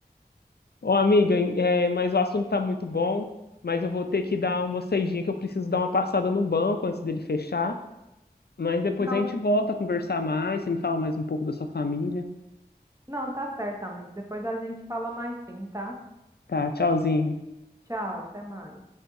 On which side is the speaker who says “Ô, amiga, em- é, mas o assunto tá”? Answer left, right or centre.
Left